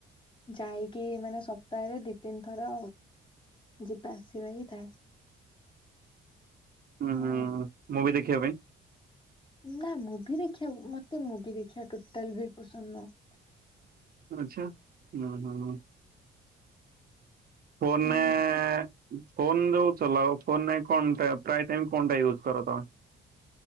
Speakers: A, on the left; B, on the right.
A: ଯାଇକି ମାନେ ସପ୍ତାହରେ ଦି ତିନି ଥର ଯିବା ଆସିବା ହିଁ ଥାଏ।
B: ହୁଁ
A: ଉଁ
B: ହୁଁ ମୁଭି ଦେଖିବା ପାଇଁ।
A: ନା ମୁଭି ଦେଖିବାକୁ ମତେ ମୁଭି ଦେଖିବା ଟୋଟାଲ ବି ପସନ୍ଦ ନୁହ।
B: ଆଛା ହୁଁ ହୁଁ ହ ଫୋନରେ
A: ନୁହଁ।
B: ଫୋନ ଯୋଉ ଚଲାଅ ଫୋନ ନାଇଁ କଣଟା ପ୍ରାୟ ଟାଇମ କଣଟା ୟୁଜ୍ କର ତମେ।